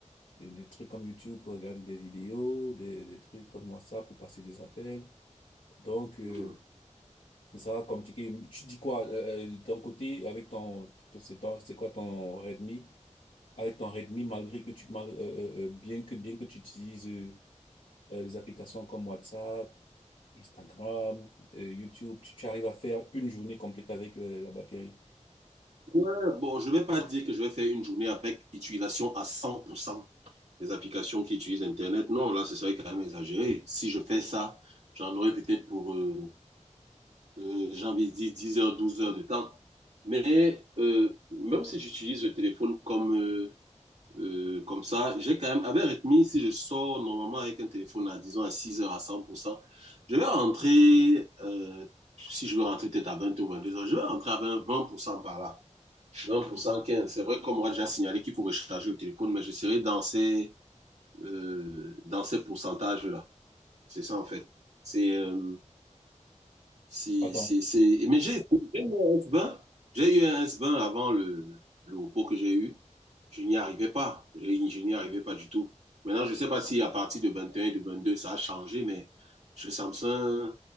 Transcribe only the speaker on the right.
Mhm.
Ouais, bon, je ne vais pas dire que je vais faire une journée avec utilisation à 100% des applications qui utilisent Internet. Non, là, ce serait quand même exagéré. Si je fais ça, j'en aurais peut-être pour, euh, euh, j'ai envie de dire, 10 heures, 12 heures de temps. Mais euh, même si j'utilise le téléphone comme, euh, Euh, comme ça, j'ai quand même, avec Redmi, si je sors normalement avec un téléphone à, disons, à 6 heures, à 100%, je vais rentrer, euh, si je veux rentrer peut-être à 20 ou 22 heures, je vais rentrer à 20, 20% par là. 20%, 15%. C'est vrai qu'on m'aura déjà signalé qu'il faut recharger le téléphone, mais je serai dans ces, euh, dans ces pourcentages-là. C'est ça, en fait. C'est, euh, c'est,
c'est, c'est... Mais j'ai j'ai eu un S20. J'ai eu un S20 avant le, le repos que j'ai eu. Je n'y arrivais pas. J'ai- Je n'y arrivais pas du tout. Maintenant, je ne sais pas si à partir de 21 et un et de 22, ça a changé, mais chez Samsung,